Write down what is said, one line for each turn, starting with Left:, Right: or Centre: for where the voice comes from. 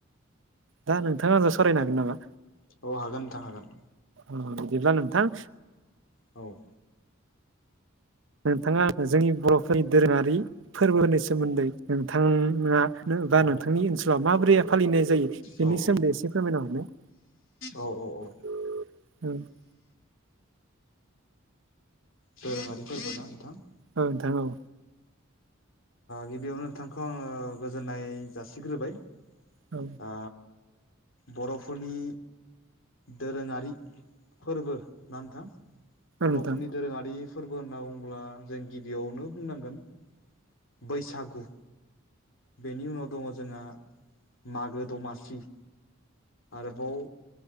Right: दा नोंथां आ आंजों सावरायनो हागोन नामा
Left: औ हागोन नोंथां हागोन
Right: औ बिदिब्ला नोंथां
Left: औ
Right: नोंथांङा जोंनि बर'फोरनि दोरोङारि फोरबोनि सोमोन्दै नोंथाङा बा
Left: औ
Right: नोंथांनि ओनसोलाव माबोरै फालिनाय जायो बेनि
Left: औ
Right: सोमोन्दै एसे फोरमायना हरनाय
Left: औ औ औ
Right: <inaudible>
Left: धोराङारि फोरबो ना नोथां?
Right: औ नोथां औ।
Left: गिबियावनो नोंथांखौ आङो गोजोननाय जासिग्रोबाय।
Right: औ।
Left: आ बर'फोरनि दोरोङारि फोरबो ना नोथां? बर'फोरनि
Right: नोंथां
Left: दोरोङारि फोरबो होनना बुंङोब्ला जों गिबियावनो बुंनांगोन बैसागु। बेनि उनाव दङ जोंहा मागो दमासि। आरोबाव